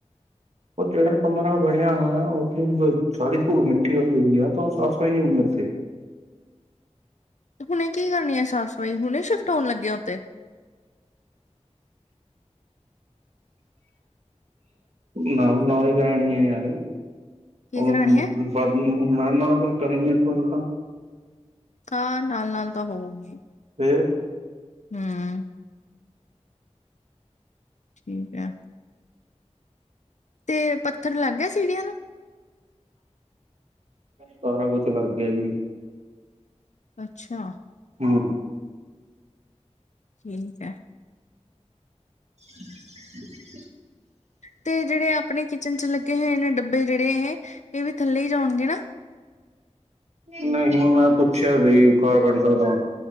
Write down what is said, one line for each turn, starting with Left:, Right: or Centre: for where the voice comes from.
Right: ਓ ਜੇੜਾ ਕਮਰਾ ਬਣੇਆ ਹੋਏਆ ਓਥੇ ਸਾਰੀ ਧੂਲ-ਮਿੱਟੀ ਹੋਈ ਆ ਤਾਂ ਤਾ ਸਫਾਈ ਹੋਣੀ ਓਥੇ
Left: ਹੁਣੇ ਕੀ ਕਰਨੀ ਐ ਸਾਫ਼ ਸਫ਼ਾਈ, ਹੁਣੇ ਸ਼ਿਫਟ ਹੋਣ ਲੱਗੇ ਆ ਓਥੇ?
Right: ਨਾਲ਼-ਨਾਲ਼ ਈ ਜਾਣ ਗੀਆ ਯਾਰ।
Left: ਕੀ
Right: <unintelligible>
Left: ਕਰਾਣੀ ਹੈ ਤਾਂ ਨਾਲ-ਨਾਲ ਤਾਂ ਹੋਊਗੀ।
Right: ਫੇਰ।
Left: ਹੂੰ। ਠੀਕ ਐ। ਤੇ, ਪੱਥਰ ਲਾੱਗ ਗੇਆ ਸੀੜੀਆਂ ਨੂੰ?
Right: ਸਾਰਾ ਕੁਛ ਲਾੱਗ ਗੇਆ ਜੀ।
Left: ਅੱਛਾ।
Right: ਹੂੰ।
Left: ਠੀਕ ਐ।
Right: <inaudible>
Left: ਤੇ, ਜੇੜੇ ਆਪਨੇ ਕਿਚਨ ਚ, ਲੱਗੇ ਹੋਏ ਨੇ ਡੱਬੇ ਜੇੜੇ ਏਹੇ ਏ ਵੀ ਥੱਲੇ ਈ ਜਾਨਗੇ ਨਾ?
Right: ਨਈ, ਮੈਂ ਹੂਣ ਪੁੱਛੇਆ ਵੇ ਕਾਰਪੈਂਟਰ ਤੋ।